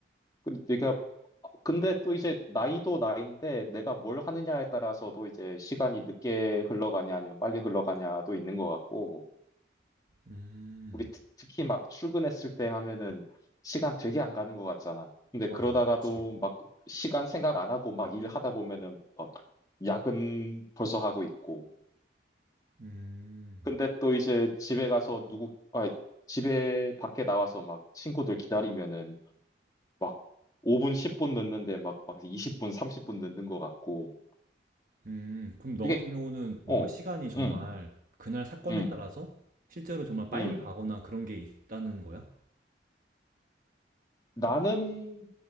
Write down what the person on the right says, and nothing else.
음,
맞아,
그치.
음,
음, 그럼 너
같은 경우는 뭔가
시간이 정말
그날 사건에
따라서 실제로 정말 빨리
가거나 그런 게 있다는 거야?